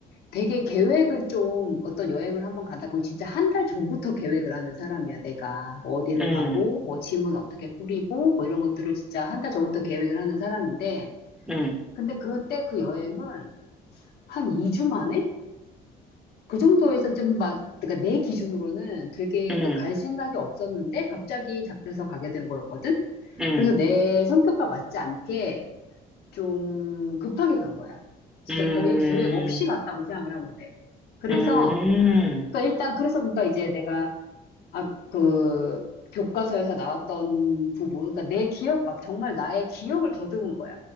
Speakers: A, on the left; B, in the centre.
A: 되게 계획을 좀 어떤 여행을 한번 간다. 그럼 진짜 한 달 전부터 계획을 하는 사람이야, 내가. 뭐 어디를
B: 음,
A: 가고, 뭐 짐은 어떻게 꾸리고, 뭐 이런 것들을 진짜 한 달 전부터 계획을 하는 사람인데,
B: 음,
A: 근데 그때 그 여행은 한 2주 만에? 그 정도에서 좀 막, 그러니까 내 기준으로는 되게
B: 음,
A: 그러니까 갈 생각이 없었는데 갑자기 잡혀서 가게 된 거였거든?
B: 음,
A: 그래서 내 성격과 맞지 않게 좀 급하게 간 거야. 진짜
B: 음,
A: 거의 계획 없이 갔다고 생각을 하면 돼. 그래서,
B: 음,
A: 그러니까 일단, 그래서 그러니까 이제 내가, 아, 그, 교과서에서 나왔던 부분, 그러니까 내 기억, 막 정말 나의 기억을 더듬은 거야.